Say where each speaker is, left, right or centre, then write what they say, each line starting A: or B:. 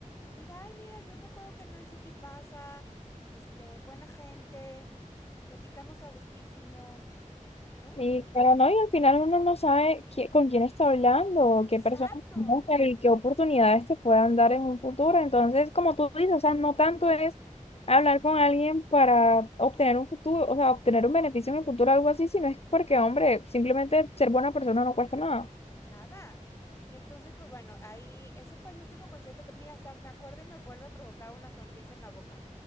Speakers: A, on the left; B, on the left.
A: diga, ay, mira, yo me acuerdo que Nancy te pasa, este, buena gente, platicamos a gustísimo, ¿no?
B: Y claro, no, y al final uno no sabe qui- con quién está hablando, o qué
A: Exacto,
B: personas conoce y qué oportunidades te puedan dar en un futuro. Entonces, como tú dices, o sea, no tanto es hablar con alguien para obtener un futuro, o sea, obtener un beneficio en el futuro, algo así, sino es porque, hombre, simplemente ser buena persona no cuesta nada.
A: nada. Y entonces, pues bueno, ahí, ese fue el último concierto que, mira, hasta me acuerdo y me vuelve a provocar una sonrisa en la boca,